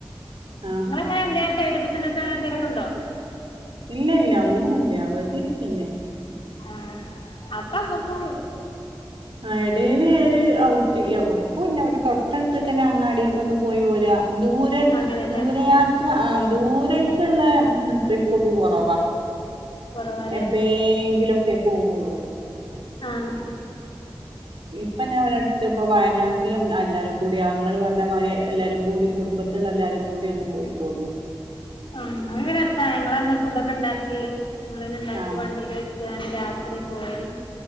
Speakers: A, on the right; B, on the left.
A: ആഹ്
B: ഇങ്ങളങ്ങനെ എന്തേലും സൈഡ് ബിസിനസ് അങ്ങനെ എന്തെലൊക്കെണ്ടോ
A: ഇല്ല ഇല്ല ഒന്നുല്ല വെറുതെ ഇരിക്കന്നെ
B: ആഹ് അപ്പമ്മക്കൂ
A: എടയില് ഒര് ഔട്ടിങ്ങ് എവ്ട് ക്കൂല്ല ഇവടെ തൊട്ടടുത്ത് നിക്കന അങ്ങാടികൊന്ന് പോയി വോര ദൂരെ
B: അങ്ങനെല്ലേ
A: ദൂരെ യാ ത്ര ആ ദൂരെക്കുള്ള ട്രിപ്പ് ഒക്കെ കുറവാ
B: കുറവാല്ലേ
A: എപ്പെങ്കിലൊക്കെ പോവുള്ളൂ
B: ആഹ്
A: ഇപ്പന്നെ ഞാവടെഅട്ത്ത് ഇപ്പ വയന നാട്ടിലെ എല്ലാരുംകൂടി ഇങ്ങള് പറഞ്ഞമാരി എല്ലാരുംകൂടി കുടുംബ ത്ത്ള്ള എല്ലാരുംകൂടി ഒന്ന് പോയിപോന്നു
B: ആഹ് ഭയങ്കരസാ ഞങ്ങളന്ന് ഫുഡൊക്കെണ്ടാക്കി ഞങ്ങളന്നെണ്ടാക്കി
A: ആഹ്
B: വണ്ടീല് ട്ട്കാണ്ട് രാത്രിപോയി